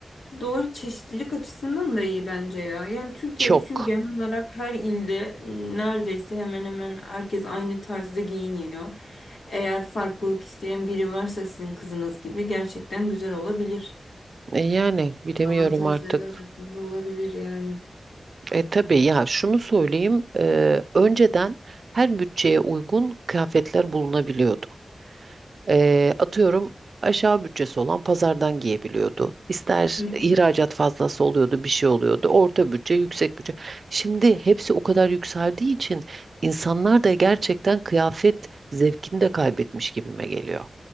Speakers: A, on the left; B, on the right.
A: Doğru çeşitlilik açısından da iyi bence ya. Yani Türkiye'de
B: Çok.
A: çünkü genel olarak her ilde neredeyse hemen hemen herkes aynı tarzda giyiniyor. Eğer farklılık isteyen biri varsa sizin kızınız gibi gerçekten güzel olabilir.
B: E yani bilemiyorum
A: Avantajları
B: artık.
A: arasında olabilir yani.
B: E tabii ya şunu söyleyeyim. e, önceden her bütçeye uygun kıyafetler bulunabiliyordu. Eee, atıyorum aşağı bütçesi olan pazardan giyebiliyordu. İster
A: Hı hı.
B: ihracat fazlası oluyordu, bir şey oluyordu. Orta bütçe, yüksek bütçe. Şimdi hepsi o kadar yükseldiği için insanlar da gerçekten kıyafet zevkini de kaybetmiş gibime geliyor.